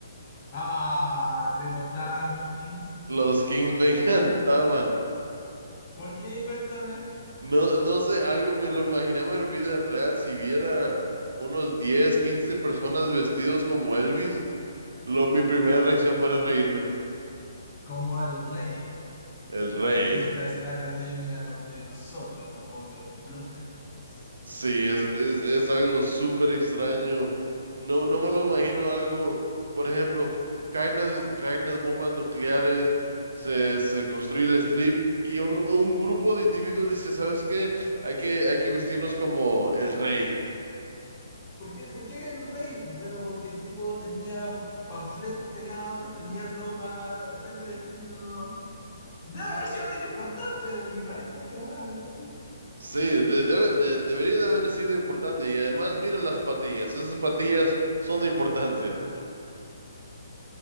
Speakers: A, on the left; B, on the right.
A: Ah, ¿te gustaban los Kings?
B: Los Kings me <laughs> encantaban.
A: ¿Por qué? Cuéntame.
B: No, no sé, algo me lo imaginaba en vida real. Si viera unos 10 15 personas vestidos como Elvis, Lo, mi primera reacción fuera reírme.
A: Como el rey.
B: El rey.
A: Esta es la academia donde nosotros nos volvemos los reyes.
B: Sí, es, es, es algo súper extraño. No, no me lo imagino algo, por ejemplo, f- caen las, caen las bombas nucleares, se, se construye el strip y un, un grupo de individuos dice, ¿sabes qué? Hay que, hay que vestirnos como el rey.
A: ¿Por qué, por qué el rey? Bueno, porque el tipo tenía panfletos pegados, tenía ropa, tal los estilos. Debe haber sido alguien importante y más encima se llamaba el rey.
B: Sí, de- debe- de- debería de haber sido importante. Y además, mira las patillas. Esas patillas son de importancia.